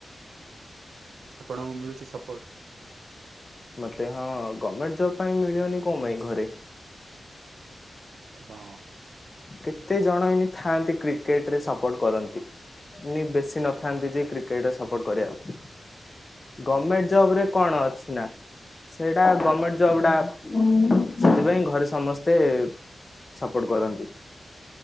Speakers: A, on the right; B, on the left.
A: ଆପଣଙ୍କୁ ମିଳୁଛି ସପୋର୍ଟ?
B: ମତେ ହଁ ଗଭର୍ଣ୍ଣମେଣ୍ଟ ଜବ ପାଇଁ ମିଳିବନି କଣ ପାଇଁ ଘରେ।
A: ହଁ।
B: କେତେ ଜଣ ଏନି ଥାଆନ୍ତି କ୍ରିକେଟ ରେ ସପୋର୍ଟ କରନ୍ତି। ବେଶୀ ନଥାନ୍ତି ଯେ କ୍ରିକେଟ ସପୋର୍ଟ କରିବାକୁ। ଗଭର୍ଣ୍ଣମେଣ୍ଟ ଜବ ରେ କଣ ଅଛି ନା ସେଇଟା ଗଭର୍ଣମେଣ୍ଟ ଜବ ଟା। ସେଥିପାଇଁ ଘରେ ସମସ୍ତେ ସପୋର୍ଟ କରନ୍ତି।